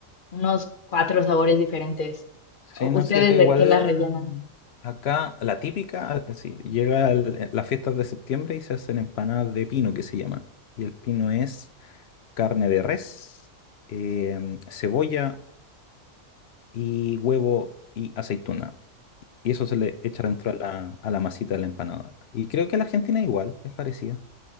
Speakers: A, on the left; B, on the left.
A: unos cuatro sabores diferentes.
B: Sí,
A: ¿U-
B: no,
A: ¿Ustedes
B: sí, acá igual,
A: de qué las rellenan?
B: acá la típica, eh, sí, llega el- las fiestas de septiembre y se hacen empanadas de pino que se llaman. Y el pino es carne de res, em, cebolla y huevo y aceituna. Y eso se le echa dentro a la, a la masita de la empanada. Y creo que la Argentina igual, es parecida.